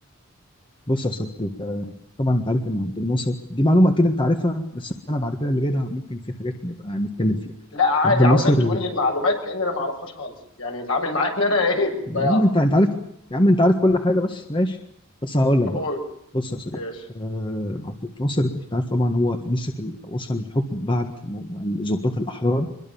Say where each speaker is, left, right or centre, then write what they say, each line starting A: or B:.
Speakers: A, on the left; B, on the left.
A: بص يا صديقي آه، طبعا انت عارف ان عبد الناصر دي معلومه اكيد انت عارفها بس انا بعد كده اللي جاي ده ممكن في حاجات نبقى نتكلم فيها
B: لا عادي
A: عبد الناصر
B: عاوزك تقول لي المعلومات كأن انا ما اعرفهاش خالص يعني اتعامل معايا ان انا ايه في الضياع
A: يا عم انت انت عارف يا عم انت عارف كل حاجه بس ماشي بس هقول لك
B: طب
A: بقى
B: قول
A: بص يا صديقي
B: ايش
A: آه عبد الناصر انت عارف طبعا هو مسك ال- وصل للحكم بعد ما الضباط الاحرار